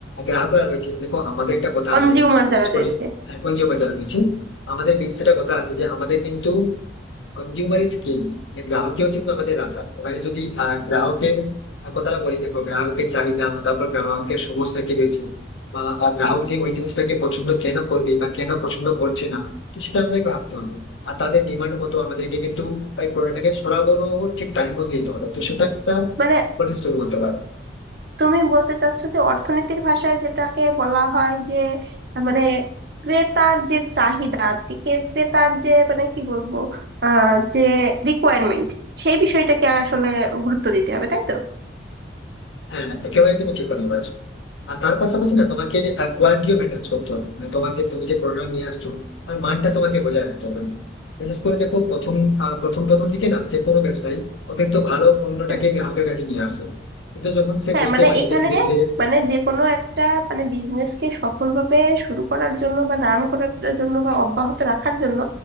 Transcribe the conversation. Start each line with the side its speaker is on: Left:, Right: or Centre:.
Left: গ্রাহকরা রয়েছে দেখো আমাদের একটা কথা
Right: কনজিউমার
Left: আছে বিশেষ
Right: যারা
Left: করে
Right: রয়েছে
Left: এখন যে বাজার রয়েছে আমাদের বিশেষ একটা কথা আছে যে আমাদের কিন্তু কনজিউমার ইজ কিং গ্রাহকই হচ্ছে কিন্তু আমাদের রাজা তো মানে যদি আহ, গ্রাহকের কথাটা বলি দেখো গ্রাহকের চাহিদা তারপর গ্রাহকের সমস্যা কি রয়েছে বা আহ, গ্রাহক যে ওই জিনিসটাকে পছন্দ কেন করবে বা কেন পছন্দ করছে না তো সেটা আমাদেরকে ভাবতে হবে আর তাদের ডিমান্ড মতো আমাদেরকে কিন্তু ওই প্রোডাক্টটাকে সরবরাহ ঠিক টাইম মতো দিতে হবে তো সেটা একটা
Right: মানে
Left: ইম্পর্টেন্ট স্টোরি বলতে পারো
Right: তুমি বলতে চাচ্ছ যে অর্থনীতির ভাষায় যেটাকে বলা হয় যে আহ, মানে ক্রেতার যে চাহিদা কে- ক্রেতার যে মানে কি বলবো আহ যে রিকোয়ারমেন্ট সেই বিষয়টাকে আসলে গুরুত্ব দিতে হবে তাই তো
Left: হ্যাঁ একেবারে তুমি ঠিক কথা বলেছো আর তার পাশাপাশি না তোমাকে কোয়ালিটিও মেনটেন করতে হবে মানে তোমার যে তুমি যে প্রোডাক্ট নিয়ে আসছো তার মানটা তোমাকে বজায় রাখতে হবে বিশেষ করে দেখো প্রথম আহ, প্রথম প্রথম দিকে না যে কোনো ব্যবসায়ী ও কিন্তু ভালো পণ্যটাকে
Right: হ্যাঁ
Left: গ্রাহকের কাছে নিয়ে আসে কিন্তু যখন সে
Right: হ্যাঁ
Left: বুঝতে
Right: মানে
Left: পারে
Right: এখানে
Left: যে ধীরে ধীরে
Right: মানে যে কোনো একটা মানে বিজনেসকে সফলভাবে শুরু করার জন্য বা রান করার জন্য বা অব্যাহত রাখার জন্য